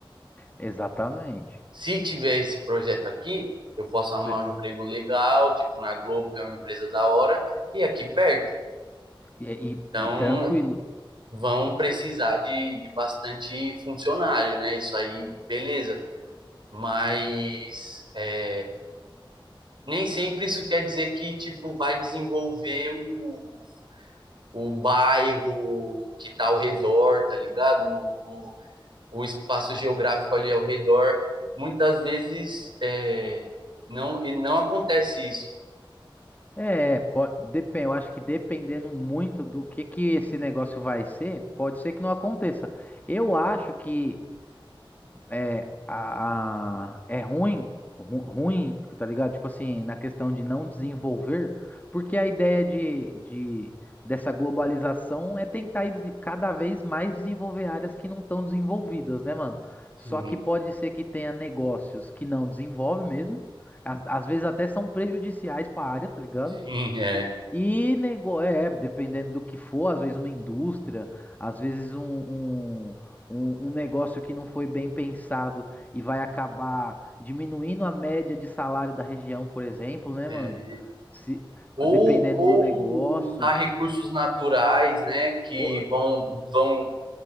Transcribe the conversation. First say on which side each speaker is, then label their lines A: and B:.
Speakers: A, on the left; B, on the right.
A: exatamente.
B: se tiver esse projeto aqui, eu posso arrumar
A: Cê-
B: um emprego legal, tipo na Globo, que é uma empresa da hora, e aqui perto.
A: E, e-
B: Então,
A: e tranquilo.
B: vão precisar de, de bastante funcionário, né? Isso aí, beleza. Mas é, nem sempre isso quer dizer que, tipo, vai desenvolver o, o bairro que tá ao redor, tá ligado? O, o, o espaço geográfico ali ao redor. Muitas vezes é, não, e não acontece isso.
A: É, pode, depende, eu acho que dependendo muito do que que esse negócio vai ser, pode ser que não aconteça. Eu acho que é, a, a- é ruim, ru- ruim, tá ligado? Tipo assim, na questão de não desenvolver, porque a ideia de, de, dessa globalização é tentar ir desen- cada vez mais desenvolver áreas que não estão desenvolvidas, né, mano?
B: Sim
A: Só que pode ser que tenha negócios que não desenvolve mesmo, às, às vezes até são prejudiciais para a área, tá ligado?
B: Sim, é.
A: E nego... é, dependendo do que for, às vezes uma indústria, às vezes um, um, um- um negócio que não foi bem pensado e vai acabar diminuindo a média de salário da região, por exemplo, né,
B: é.
A: mano? Se...
B: Ou,
A: Dependendo
B: ou
A: do negócio.
B: usar recursos naturais, né, que
A: Ou-
B: vão, vão